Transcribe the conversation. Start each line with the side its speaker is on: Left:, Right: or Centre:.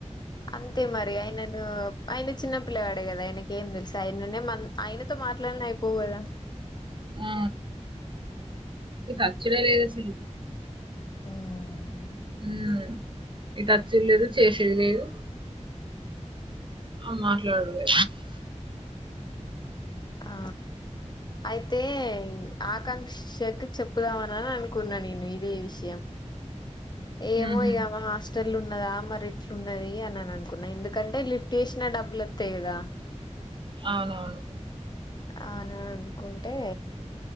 Left: అంతే మరి ఆయనను ఆయన చిన్న పిల్లవాడే కదా ఆయన అనకేం తెలుసు అయనన్న ఆయనతో మాట్లాడన అయిపోవు కదా
Right: ఆ ఇ ఖర్చుడ లేదు అసలు
Left: మ్మ్
Right: మ్మ్ ఇ టచ్చలేదు చేసేది లేదు ఆ మాట్లాడలే
Left: ఆ అయితే ఆకాంక్షకు చెప్పుదామనిని అనుకున్నా నేను ఇదే విషయం ఏమో
Right: ఉహు,
Left: ఇమా హాస్టల్ ఉన్నదా మరి రట్లు ఉన్నది అని అని అనుకున్నా ఎందుకంటే లిఫ్ట్ చేసినా డబ్బులు వత్తయి కదా
Right: అవునవును
Left: అన అనుకుంటే